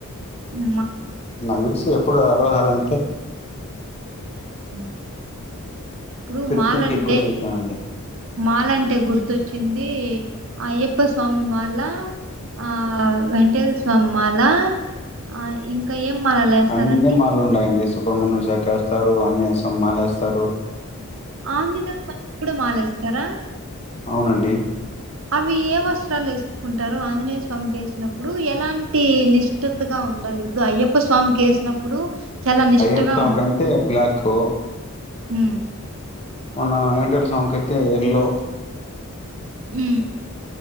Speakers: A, on the right; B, on the left.
A: ఉ
B: నాకు తెలుసు ఎప్పుడు అరోహర అంటే
A: <inaudible> ఇప్పుడు
B: తిరుపతికి
A: మాలంటే
B: ఎక్కువ చూసానండి
A: మాలంటే గుర్తొచ్చింది అయ్యప్ప స్వామి మాల ఆ వెంకేశ్వర స్వామి మాల ఆ ఇంకా ఏం మాలలు వేస్తారండి
B: అన్ని మార్లు ఉన్నాయండి సుబ్ర్మణ్య శాఖ వేస్తారు అన్నీ వేస్తాం మాలా వేస్తారు
A: ఆంజనేయులు స్వామి కి కూడా మాలేస్తారా
B: అవునండి
A: అవి ఏ వస్త్రాలు వేసుకుంటారు ఆంజనేయ స్వామికి వేసినప్పుడు ఎలాంటి ఇంటి నిష్టతగా ఉ ఉండాలి ఇప్పుడు అయ్యప్ప స్వామికి వేసినప్పుడు చాలా నిష్ఠగా
B: ఐయప్ప స్వామి కి అంటే బ్లాక్కు
A: అ
B: మన వెంకటేష్వుల స్వామి కి అయితే ఎల్లో
A: ఉ